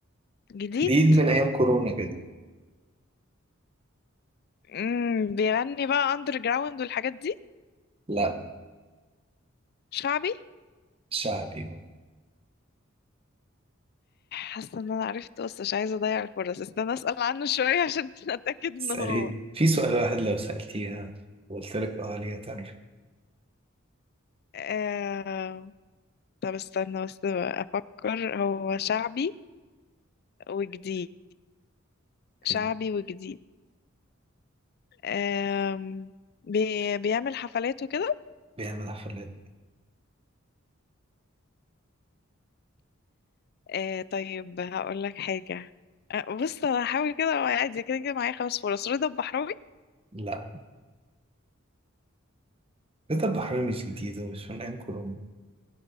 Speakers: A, on the left; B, on the right.
A: جديد
B: جديد من أيام كورونا كده
A: مم... بيغني بقى اندر جراوند والحاجات دي
B: لا
A: شعبي
B: شعبي
A: حاسه ان انا عرفت بس مش عايزه اضيع الفرص استنى اسال عنه شويه عشان <laughs> اتاكد ان
B: اسألي
A: هو
B: في سؤال واحد لو سألتيها وقلت لك اه ليه هتعرف
A: آه... طب استنى بس افكر هو شعبي وجديد شعبي
B: إيه؟
A: وجديد آم، بي بيعمل حفلات وكده
B: بيعمل حفلات
A: آه، طيب هقول لك حاجة آه، بص أنا هحاول كده وأنا قاعد كده كده معايا خمس فرص رضا البحراوي
B: لا ده البحرين مش جديد هو مش من أيام كورونا